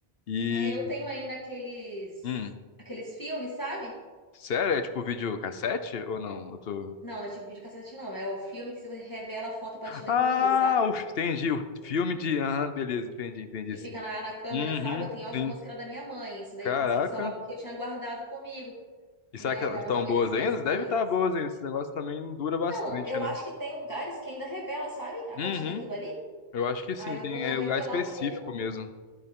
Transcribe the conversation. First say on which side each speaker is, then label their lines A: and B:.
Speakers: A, on the left; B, on the left.
A: E.
B: É, eu tenho ainda aqueles
A: Hum.
B: aqueles filmes, sabe?
A: Sério? É tipo videocassete ou não? Eu tô.
B: Não, não é tipo videocassete, não. É o filme que você revela a foto a partir daquilo
A: Ah,
B: ali, sabe?
A: o- entendi. O filme de. Aham, beleza, entendi, entendi
B: Que
A: sim.
B: fica na, na câmera,
A: Uhum,
B: sabe? Eu tenho algumas
A: sim.
B: que era da minha mãe. Isso daí
A: Caraca.
B: eu consegui salvar porque eu tinha guardado comigo.
A: E
B: né?
A: será que elas
B: Tava
A: estão
B: no meio
A: boas
B: das minhas
A: ainda?
B: coisas.
A: Deve estar boas ainda. Esse negócio também dura bastante,
B: Então, eu
A: né?
B: acho que tem lugares que ainda revela, sabe? A partir
A: Uhum.
B: daquilo ali.
A: Eu acho que
B: Aí
A: sim,
B: eu
A: tem
B: vou
A: é,
B: revelar
A: lugar específico
B: um pouco
A: mesmo.